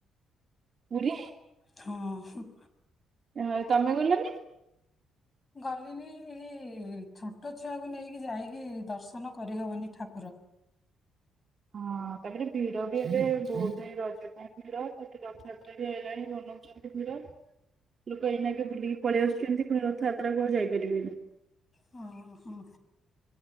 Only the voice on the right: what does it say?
ପୁରୀ?
ଆଉ ତମେ ଗଲନି?
ହଁ ତାପରେ ଭିଡ ବି ଏବେ ବହୁତ୍ ହିଁ ରଜ ପାଇଁ। ଭିଡ ତାକୁ ରଥଯାତ୍ରା ବି ଆଇଲାଣି ବନଉଚନ୍ତି ଭିଡ। ଲୋକ ଏଇନାକେ ବୁଲିକି ପଳେଇ ଆସୁଛନ୍ତି ପୁଣି ରଥଯାତ୍ରା କୁ ଆଉ ଯାଇ ପାରିବେନି।